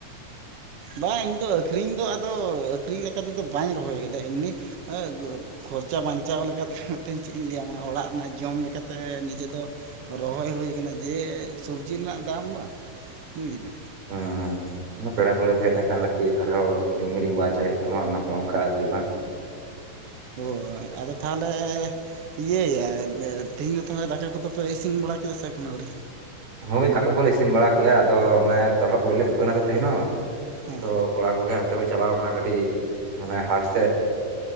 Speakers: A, on the right; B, on the right.
A: ᱵᱟᱝ ᱤᱧ ᱫᱚ ᱟᱹᱠᱷᱨᱤᱧ ᱫᱚ ᱟᱫᱚ ᱟᱹᱠᱷᱨᱤᱧ ᱞᱮᱠᱟ ᱛᱮᱫᱚ ᱵᱟᱧ ᱨᱚᱦᱚᱭ ᱠᱟᱫᱟ ᱮᱢᱱᱤ ᱚᱸᱜ ᱜᱚᱼᱼ ᱠᱷᱚᱨᱪᱟ ᱵᱟᱧᱪᱟᱣ ᱞᱮᱠᱟ ᱛᱮ ᱛᱮᱧ ᱪᱮᱜ ᱤᱧ ᱞᱟᱹᱭᱟ ᱢᱟ ᱚᱲᱟᱜ ᱨᱮᱱᱟᱜ ᱡᱚᱢ ᱞᱮᱠᱟ ᱛᱮ ᱱᱤᱡᱮ ᱫᱚᱼᱼ ᱨᱚᱦᱚᱭ ᱦᱩᱭ ᱠᱟᱱᱟ ᱡᱮ ᱥᱚᱵᱽᱡᱤ ᱨᱮᱱᱟᱜ ᱫᱟᱢ ᱵᱟᱝ ᱵᱩᱡᱽ ᱫᱟᱢ᱾
B: ᱦᱩᱸᱻ᱾ ᱚᱱᱟ ᱯᱮᱲᱟ ᱯᱟᱹᱣᱲᱟᱹ ᱠᱚ ᱦᱮᱡ ᱞᱮᱱᱠᱷᱟᱜ ᱟᱨ ᱠᱤ ᱠᱷᱟᱨᱟᱯ‌‌ ᱚᱵᱚᱥ ᱠᱤᱨᱤᱧ ᱢᱤᱨᱤᱧ ᱵᱟᱝ ᱪᱟᱞᱟ ᱦᱩᱭᱩᱜ ᱛᱟᱢᱟ ᱚᱱᱟ ᱠᱟ ᱚᱱᱠᱟ ᱟᱨᱠᱤ ᱵᱟᱝ᱾
A: ᱦᱳᱭ ᱟᱫᱚ ᱛᱟᱦᱚᱞᱮ ᱤᱭᱟᱹ ᱭᱟ ᱮᱸᱫᱽ ᱮᱸᱫ ᱛᱤᱦᱤᱧ ᱫᱚ ᱛᱟᱦᱚᱞᱮ ᱫᱟᱠᱟ ᱠᱚᱫᱚ ᱯᱮ ᱤᱥᱤᱱ ᱵᱟᱲᱟ ᱠᱮᱫᱟ ᱥᱮ ᱮᱠᱷᱚᱱᱚ ᱟᱹᱣᱨᱤ?
B: ᱦᱳᱭ ᱫᱟᱠᱟ ᱠᱚᱞᱮ ᱤᱥᱤᱱ ᱵᱟᱲᱟ ᱠᱮᱜ-ᱟ ᱟᱫᱚ ᱚᱱᱮ ᱛᱚᱨᱦᱚᱜ ᱜᱚᱹᱭ ᱞᱮ ᱫᱩᱠᱟᱹᱱᱟ ᱛᱚ ᱛᱮᱦᱮᱱ ᱦᱚᱸ
A: ᱦᱮᱸ
B: ᱟᱫᱚᱼᱼ ᱠᱚᱲᱟ ᱠᱚᱜᱮ ᱦᱟᱱᱛᱮ ᱠᱚ ᱪᱟᱞᱟᱣ ᱠᱟᱱᱟ ᱠᱟᱹᱴᱤᱜ ᱢᱟᱱᱮ ᱦᱟᱴ ᱥᱮᱜ᱾